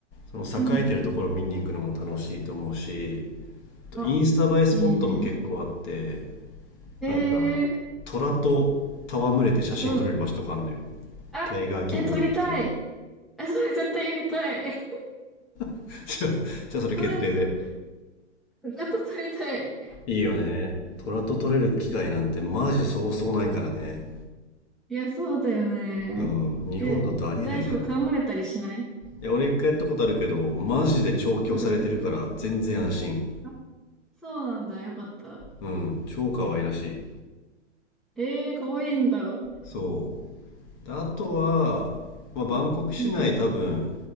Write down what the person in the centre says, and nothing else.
うん。あ、
いいね。へ
え、うん。あ、
え、撮りたい。え、それ絶対やりたい。<laughs>
ずっと、ずっと撮りたい。
いや、そうだよね。
え、大丈夫噛まれたりしない
うん。あ、そうなんだ。よかった。
じゃあ、えー、かわいいんだ。
うん。